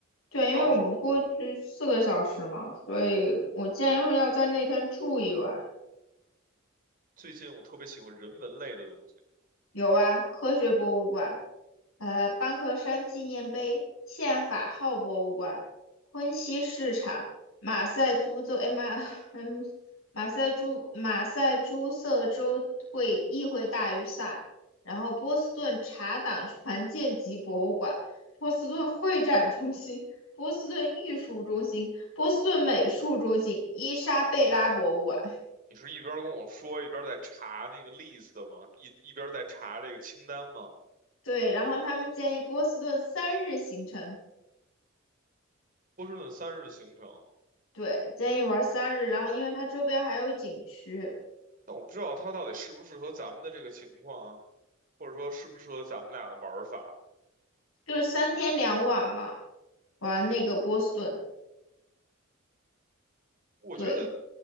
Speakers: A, on the left; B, on the right.
A: 对，因为我们过去四个小时嘛，
B: 还有是
A: 所以我建议要在那天住一晚。
B: 最近我特别喜欢人文类的东西。
A: 有啊，科学博物馆，呃，班克山纪念碑、宪法号博物馆、昆西市场、马赛诸州，哎马，<laughs> 嗯，马赛诸马赛诸塞州会议会大于萨，然后波士顿茶党船舰级博物馆、波士顿会展中心、波士顿艺术中心、波士顿美术中心、伊莎贝拉博物馆。
B: 你是一边跟我说一边在查那个 list 的吗？一一边在查这个清单吗？
A: 对，然后他们建议波士顿三日行程。
B: 波士顿三日的行程，
A: 对，建议玩三日，然后因为它周边还有景区，
B: 但我不知道它到底适不适合咱们的这个情况啊，或者说适不适合咱们俩的玩法。
A: 就是三天两晚嘛，玩那个波士顿。
B: 我觉得
A: 对，